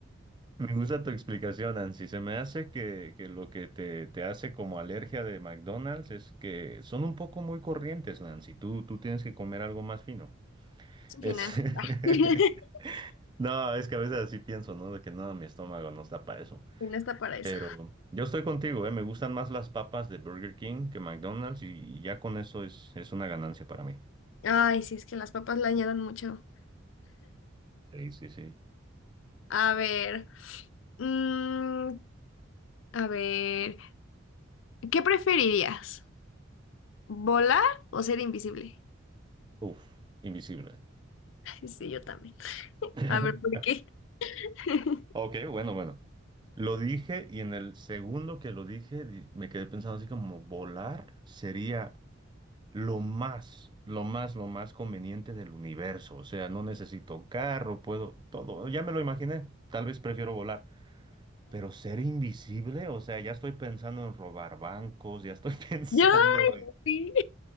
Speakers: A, on the right (about 25°); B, on the left (about 75°).
A: Me gusta tu explicación, Nancy. Se me hace que, que lo que te, te hace como alergia de McDonald's es que son un poco muy corrientes, Nancy. Tú, tú tienes que comer algo más fino.
B: es un
A: Es-
B: final.
A: <laughs>
B: <laughs> y
A: No, es que a veces así pienso, ¿no? De que no, mi estómago no está para eso.
B: No está para eso.
A: Pero yo estoy contigo, ¿eh? Me gustan más las papas de Burger King que McDonald's y, y ya con eso es, es una ganancia para mí.
B: Ay, sí, es que las papas le añadan mucho.
A: Sí, sí, sí.
B: A ver, mm, a ver, ¿qué preferirías? ¿Volar o ser invisible?
A: Uf, invisible.
B: <laughs> Ay, sí, yo también.
A: <laughs>
B: A ver, ¿por qué? <laughs>
A: Ok, bueno, bueno. Lo dije y en el segundo que lo dije di- me quedé pensando así como volar sería lo más, lo más, lo más conveniente del universo. O sea, no necesito carro, puedo todo. Ya me lo imaginé. Tal vez prefiero volar. Pero ser invisible, o sea, ya estoy pensando en robar bancos, ya estoy <laughs> pensando
B: Yo, sí.